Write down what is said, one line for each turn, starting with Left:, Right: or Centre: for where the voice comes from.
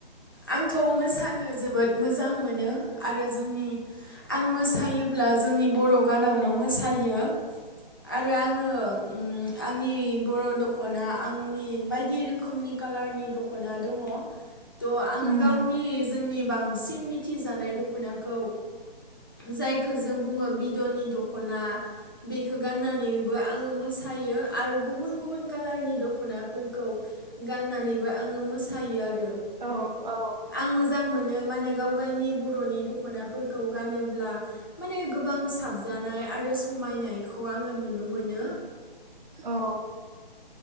Left: आंथ मोसानो जोबोद मोजां मोनो आरो जोंनि आं मोसायोब्ला जोंनि बर गानावनो मोसायो आरो आङो ओम आंनि बर' दखना आंनि बायदि रोखोमनि कालारनि द खना दङ। थ आं
Right: औ
Left: गावनि जोंनि बांसिन मिथिजानाय दखनाखौ। जायखौ जों बुङो बिदनि द खना बेखौ गाननानैबो आङो मोसा हायो आरो गुबुन गुबुन कालारनि दखनाफोरखौ गाननानैबो आङो मोसायो आरो
Right: औ औ
Left: आं मोजां मोनो। मानो गाव गावनि बर'नि दखनाफोरखौ गानोब्ला माने गोबां साबजानाय आरो समायनायखौ आङो नुनो मोनो।
Right: औ।